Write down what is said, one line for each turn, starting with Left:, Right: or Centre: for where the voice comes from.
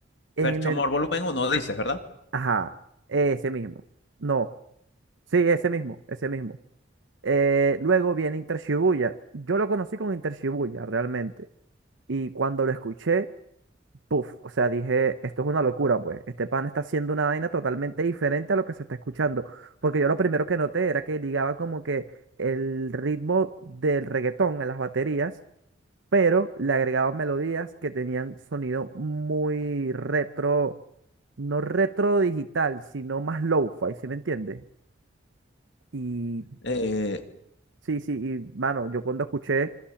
Right: En
Left: Fercho
Right: el,
Left: Amor Volumen uno, dices, ¿verdad?
Right: ajá, ese mismo. No, sí, ese mismo, ese mismo. Eh, luego viene Inter Shibuya. Yo lo conocí con Inter Shibuya realmente. Y cuando lo escuché, puff, o sea, dije, esto es una locura, pues. Este pan está haciendo una vaina totalmente diferente a lo que se está escuchando. Porque yo lo primero que noté era que ligaba como que el ritmo del reggaetón en las baterías, pero le agregaba melodías que tenían sonido muy retro, no retro digital, sino más lo fi ¿sí me entiendes? Y
Left: Eh,
Right: Sí, sí, y mano, yo cuando escuché